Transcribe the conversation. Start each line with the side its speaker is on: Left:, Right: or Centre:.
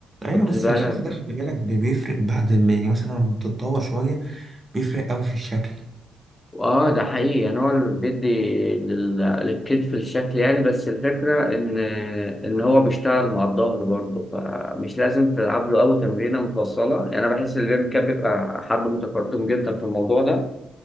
Right: ايوه
Left: كنت
Right: بس
Left: بقى
Right: الخلفي ده خلي بالك بي- بيفرق بعد ما يعني مثلا لما بتتطور شويه بيفرق قوي في الشكل
Left: اه ده حقيقي يعني هو اللي بيدي لل- للكتف الشكل يعني بس الفكرة ان ان هو بيشتغل مع الظهر برضه فمش لازم تلعب له قوي تمرينة مفصلة يعني انا بحس ان الجيم كاب بيبقى حد متقدم جدا في الموضوع ده